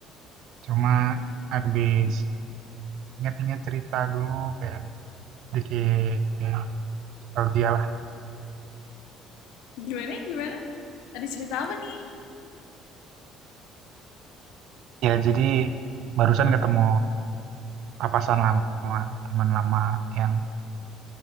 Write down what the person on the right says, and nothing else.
Cuma
habis ingat-ingat cerita dulu kayak dikit nostalgia lah.
Ya, jadi barusan ketemu papasan lama, teman lama yang